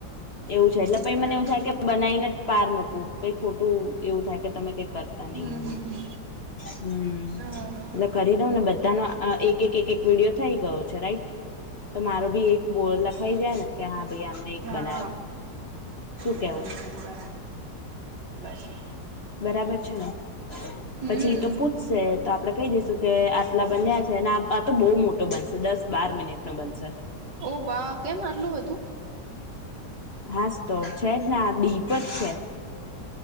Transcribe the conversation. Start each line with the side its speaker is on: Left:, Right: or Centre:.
Left: એવું છે એટલે પ
Right: બરાબર
Left: મને એવું થાય કે બનાવીને જ પાર મૂકવું પ ખોટું એવું થાય કે તમે કઈક કરતા નહી
Right: હમ
Left: એું
Right: હમ
Left: હમ
Right: હમ
Left: એટલે કરી દઉં ને બધાનો એક એક એક એક વિડીિયો થઈ ગયો છે રાઈટ તો મારો ભી એક બોલ લખાઈ જાય ને કે હા ભાઈ આ ન
Right: હા
Left: બનાું શું
Right: હમ
Left: કેવું
Right: બરાબર બરાબર છે
Left: બરાબર છે ને
Right: હમ
Left: પછી એ તો પૂછશે તો આપડે કહી દઈશું કે આટલા બન્યા છે ને આ તો બહુ મોટો બનશે દસ બાર મિનિટ નો બનશે
Right: ઓ બા કેમ આરલું હતું
Left: હાસ તો છે જ ના દીપ જ છે